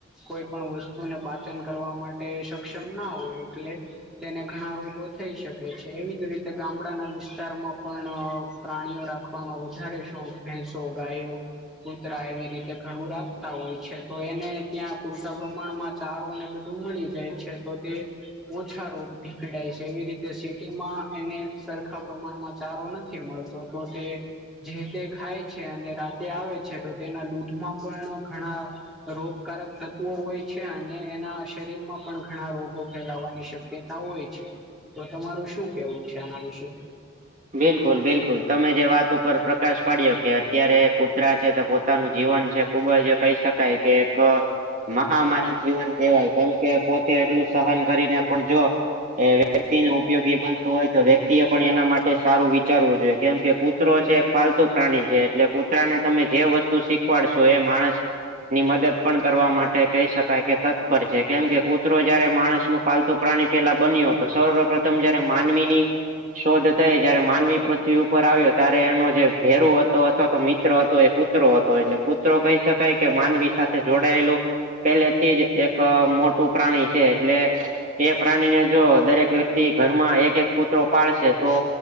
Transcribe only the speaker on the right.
બિલકુલ, બિલકુલ તમે જે વાત ઉપર પ્રકાશ પાડ્યો કે અત્યારે કુતરા છે તો પોતાનું જીવન છે ખૂબ જ કહી શકાય કે એક અ મહામારી જીવન કેહેવાય કેમકે પોતે એટલું સહન કરીને પણ જો એ વ્યક્તિને ઉપયોગી બનતો હોય તો વ્યક્તિ એ પણ એના મા ટે સારું વિચારવું જોઈએ કેમ કે કૂતરો છે એક પાલતુ પ્રાણી છે એટલે કૂતરા ને તમે જે વસ્ તું શીખવાડસો એ માણસ ની મદદ પણ કરવા માટે કહી શકાય કે તત્પર છે કેમ કે કૂતરો જારે માણસનું પાલતું પ્રાણી પેલા બન્યો હતો સર્વ પ્રથમ જયારે માનવીની શોધ થઈ જયારે માનવી પૃથ્વી ઉપર આવ્યો ત્યારે એનો જે ભેરુ હતો અથવા તો મિત્ર હતો એ કુતરો હતો એટલે કૂતરો કહી શકાય કે માનવી સાથે જોડાયેલો પેલેથી જ એક અ મોટું પ્રાણી છે એટલે એ પ્રાણીને જો દરેક વ્યક્તિ ઘરમાં એક એક કૂતરો પાળશે તો